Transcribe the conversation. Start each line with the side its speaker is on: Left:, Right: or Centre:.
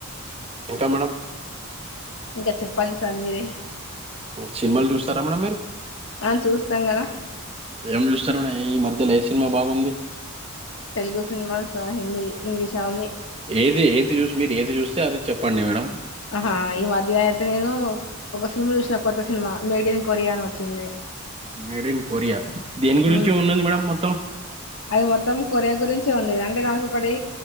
Right: ఇంకా మేడం
Left: ఇంకా చెప్పాలి సార్ మీరే
Right: సినిమాలు చూస్తారా మేడం మీరు
Left: ఆ చూస్తాం కదా
Right: ఏం చూస్తారు మేడం ఈ మధ్యలో ఏ సినిమా బాగుంది
Left: తెలుగు సినిమాస్ హిందీ ఇంగ్లీష్ అవన్నీ
Right: ఏది ఏది చూస్తే మీరు ఏది చూస్తే అది చెప్పండి మేడం
Left: ఆహా ఈ మధ్య అయితే నేను ఒక సినిమా చూసిన కొత్త సినిమా మేడ్ ఇన్ కొరియా అని వచ్చింది
Right: మేడ్ ఇన్ కొరియా దేని గురించి
Left: ఉమ్
Right: ఉన్నది మేడం మొత్తం
Left: అది మొత్తం కొరియా గురించే అంటే దానికి ఒకటి